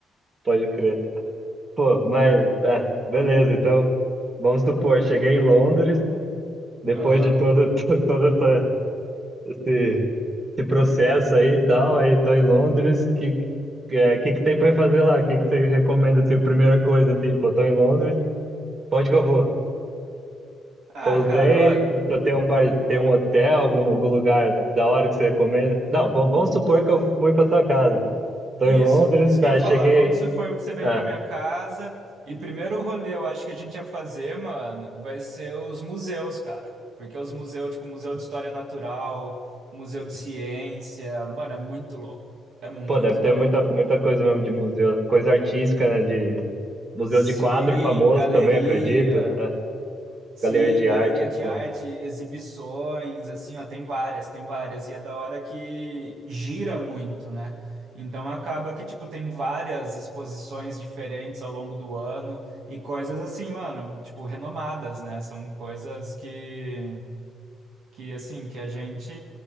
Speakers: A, on the right; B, on the right.
A: pode crer. Pô, mas. É, beleza, então. Vamos supor, cheguei em Londres, depois
B: Aham.
A: de todo, <laughs> to- todo essa, esse, esse processo aí e tal, aí tô em Londres, que, que, é, que que tem pra eu fazer lá? Que que você recomenda, assim, primeira coisa, assim, pô, tô em Londres, pra onde que eu vou?
B: Ah,
A: Pousei,
B: cara,
A: t- tem um bar, tem um hotel, algum, algum lugar da hora que você recomenda? Não, vamos, vamos supor que eu fui pra sua casa. Tô
B: Isso,
A: em Londres,
B: isso que
A: tá,
B: eu ia
A: cheguei,
B: falar. Vamos supor que você vem
A: é,
B: pra minha casa e primeiro rolê eu acho que a gente ia fazer, mano, vai ser os museus, cara. Porque os museus, tipo, o Museu de História Natural, o Museu de Ciência, mano, é muito louco. É muito
A: Pô, deve ter
B: da
A: muita,
B: hora.
A: muita coisa mesmo de museu, coisa artística, né? De museu
B: Sim,
A: de quadro famoso
B: galeria.
A: também, acredito. é.
B: Sim,
A: Galeria de
B: galeria
A: arte,
B: de
A: pô.
B: arte, exibições, assim, ó, tem várias, tem várias, e é da hora que gira muito, né? Então acaba que, tipo, tem várias exposições diferentes ao longo do ano e coisas assim, mano, tipo, renomadas, né? São coisas que que assim que a gente